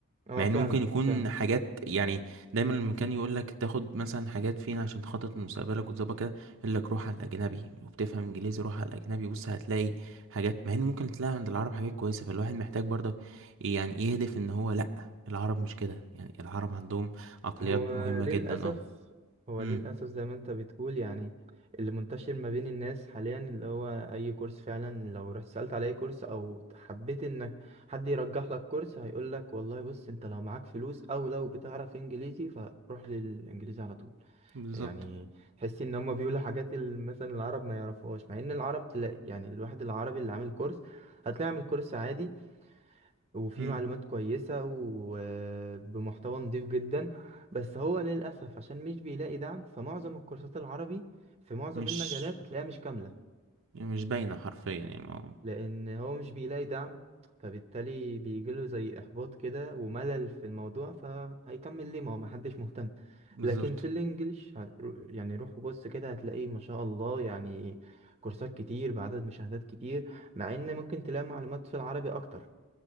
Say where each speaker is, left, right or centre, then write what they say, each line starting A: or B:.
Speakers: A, on the right; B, on the right.
A: اه
B: مع
A: فعلا
B: ان ممكن يكون
A: فعلا
B: حاجات يعني دايما المكان يقول لك تاخد مثلا حاجات فين عشان تخطط لمستقبلك وتظبط كده يقول لك روح على الاجنبي وبتفهم انجليزي روح على الاجنبي بص هتلاقي حاجات مع ان ممكن تلاقي عند العرب حاجات كويسه فالواحد محتاج برضك يعني يهدف ان هو لا العرب مش كده يعني العرب عندهم عقليات
A: هو
B: مهمه
A: للأسف
B: جدا اه
A: هو
B: امم
A: للأسف زي ما انت بتقول يعني اللي منتشر ما بين الناس حاليا اللي هو أي كورس فعلا لو رحت سألت على أي كورس أو حبيت إنك حد يرجح لك كورس هيقولك والله بص انت لو معاك فلوس أو لو بتعرف إنجليزي فروح للإنجليزي على طول
B: بالظبط
A: يعني تحس ان هم بيقولوا حاجات ال- مثلا العرب ما يعرفوهاش مع ان العرب تلاقي يعني الواحد العربي اللي عامل كورس هتلاقي عامل كورس عادي وفيه
B: امم
A: معلومات كويسة وبمحتوى نضيف جدا بس هو للأسف عشان مش بيلاقي دعم فمعظم الكورسات العربي في معظم
B: مش
A: المجالات هتلاقيها مش كاملة
B: مش باينه حرفيا يعني آه،
A: لان هو مش بيلاقي دعم فبالتالي بيجيله زي احباط كده وملل في الموضوع فهيكمل ليه ما هو محدش مهتم
B: بالظبط
A: لكن في الانجليش هت- يعني روح وبص كده هتلاقيه ما شاء الله يعني كورسات كتير بعدد مشاهدات كتير مع ان ممكن تلاقي معلومات في العربي اكتر